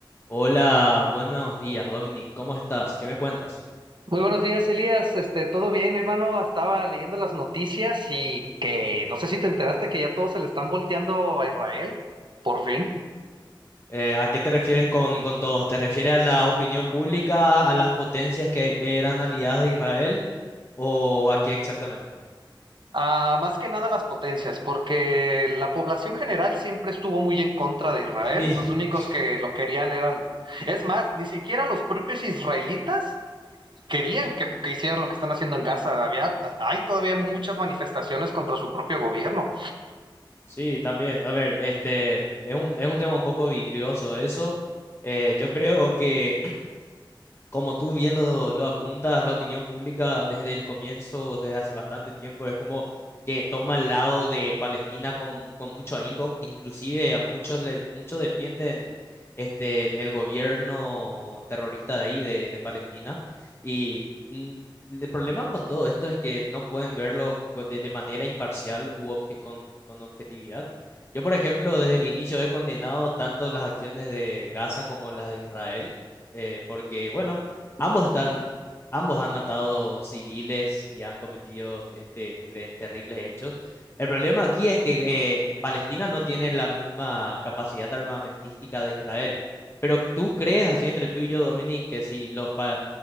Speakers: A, on the left (about 30°); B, on the right (about 65°).
A: Hola, buenos días, Dominic. ¿Cómo estás? ¿Qué me cuentas?
B: Muy buenos días, Elías. Este, ¿todo bien? Mi hermano estaba leyendo las noticias y que no sé si te enteraste que ya todos se le están volteando a Israel, por fin.
A: Eh, ¿a qué te refieres con, con todos? ¿Te refieres a la opinión pública, a las potencias que eran aliadas de Israel o a qué exactamente?
B: Ah, más que nada las potencias, porque la población general siempre estuvo muy en contra de Israel.
A: Sí,
B: Los únicos
A: <laughs>
B: que lo querían eran, es más, ni siquiera los propios israelitas querían que, que hicieran lo que están haciendo en Gaza. Había, hay todavía muchas manifestaciones contra su propio gobierno.
A: sí, también. A ver, este es un, es un tema un poco vidrioso eso. Eh, yo creo que como tú viendo lo lo apuntas, la opinión pública desde el comienzo, desde hace bastante tiempo, es como que toma el lado de Palestina con, con mucho ahínco, inclusive a muchos le, muchos defienden este el, el gobierno terrorista de ahí de, de Palestina y mm, el problema con todo esto es que no pueden verlo pues, de, de manera imparcial u obje- con, con objetividad. Yo, por ejemplo, desde el inicio he condenado tanto las acciones de Gaza como las de Israel eh, porque, bueno, Ambos están, ambos han matado civiles y han cometido este, tre- terribles hechos. El problema aquí es que eh, Palestina no tiene la misma capacidad armamentística de Israel. Pero ¿tú crees, así entre tú y yo, Dominic, que si los pa-